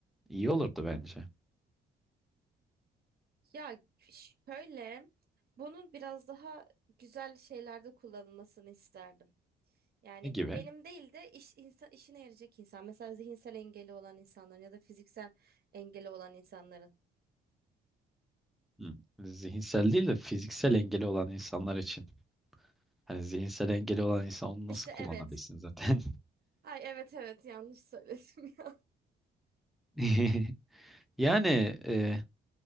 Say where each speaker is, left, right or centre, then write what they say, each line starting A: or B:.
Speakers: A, in the centre; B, on the right.
A: İyi olurdu bence.
B: Ya şöyle, bunun biraz daha güzel şeylerde kullanılmasını isterdim. Yani
A: Ne gibi?
B: benim değil de iş, insan, işine yarayacak insan. Mesela zihinsel engeli olan insanların ya da fiziksel engeli olan insanların.
A: Hı. Zihinsel değil de fiziksel engeli olan insanlar için. Hani zihinsel engeli olan insan onu nasıl
B: İşte
A: kullanabilsin
B: evet.
A: zaten?
B: Ay evet evet yanlış söyledim <laughs> ya.
A: <laughs> Yani e,